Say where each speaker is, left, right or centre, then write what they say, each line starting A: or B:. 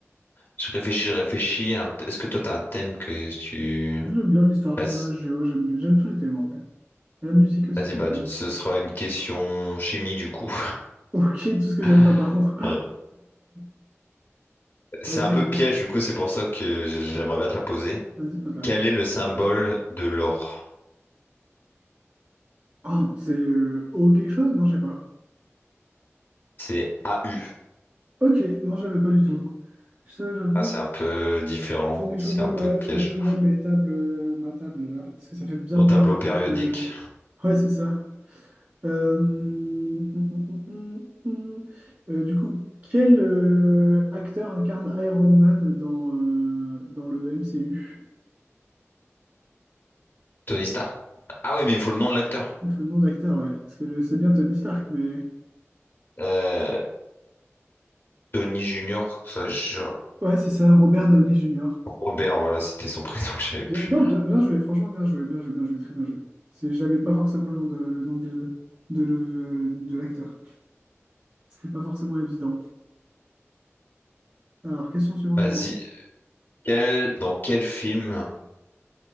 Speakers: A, on the left; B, on the right.
A: je réfléchis, je réfléchis. un peu. Est-ce que toi, t'as un thème que tu...
B: Moi, j'aime bien l'histoire, j'aime
A: Vas-y,
B: bien la géo, j'aime bien- j'aime tous les thèmes en vrai. La musique aussi,
A: vas-y,
B: ça
A: bah,
B: peut
A: du-
B: être.
A: ce
B: <laughs>
A: sera une question chimie, du coup.
B: Ok, tout ce que
A: <laughs>
B: j'aime pas par contre.
A: Euh,
B: <laughs>
A: C'est
B: Vas-y,
A: un peu
B: vas-y,
A: piège, du coup, c'est pour ça que j- j'aimerais bien te la poser.
B: vas-y, pose-la.
A: Quel est le symbole de l'or?
B: Oh, c'est euh, O quelque chose? Non, je sais pas.
A: C'est AU.
B: Ok, non, je l'avais pas du tout. Ça, j'avoue,
A: Ah, c'est un peu différent,
B: Faudrait que
A: c'est
B: je revoie
A: un
B: ma,
A: peu
B: faudrait
A: piège.
B: que je revoie mes tables, euh, ma table là, parce que ça fait bien
A: Ton
B: bien
A: tableau
B: longtemps
A: périodique.
B: que. Ouais, c'est ça. Euh, hum, hum, hum, hum, hum. Euh, du coup, quel euh, acteur incarne Iron Man dans, euh, dans le MCU?
A: Tony Stark? Ah oui, mais il faut le nom de l'acteur.
B: Il faut le nom d'acteur, ouais. Parce que le- c'est bien Tony Stark, mais.
A: Euh, Tony Junior, ça, je-
B: Ouais, c'est ça, Robert Downey Jr.
A: Robert, voilà, c'était son <laughs> prénom que j'avais
B: Bien,
A: plus.
B: non, bien, bien joué, franchement, bien joué, bien joué, bien joué, très bien joué. C'est, j'avais pas forcément le nom de, le nom de, de, le- de l'acteur. C'était pas forcément évident. Alors, question suivante
A: Vas-y,
B: pour moi.
A: quel, dans quel film...